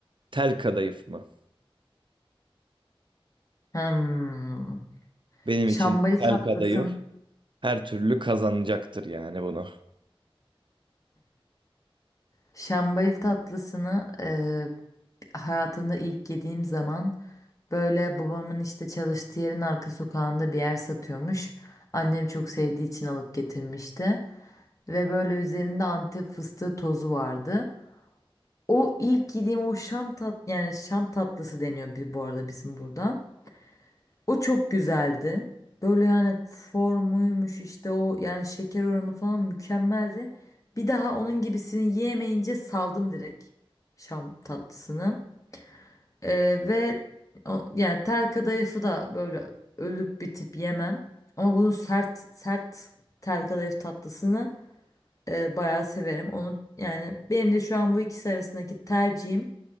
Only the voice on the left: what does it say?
Hmm.
Şambali
tatlısın,
şambali tatlısını e, hayatımda ilk yediğim zaman böyle babamın işte çalıştığı yerin arka sokağında bir yer satıyormuş. Annem çok sevdiği için alıp getirmişti. Ve böyle üzerinde Antep fıstığı tozu vardı. O ilk yediğim o şam tat yani şam tatlısı deniyor bir, bu arada bizim burada. O çok güzeldi. Böyle yani formuymuş işte o yani şeker oranı falan mükemmeldi. Bir daha onun gibisini yiyemeyince saldım direkt Şam tatlısını. Ee, ve o- yani tel kadayıfı da böyle ölüp bitip yemem. Ama bunu sert sert tel kadayıf tatlısını e, bayağı severim. Onu yani benim de şu an bu ikisi arasındaki tercihim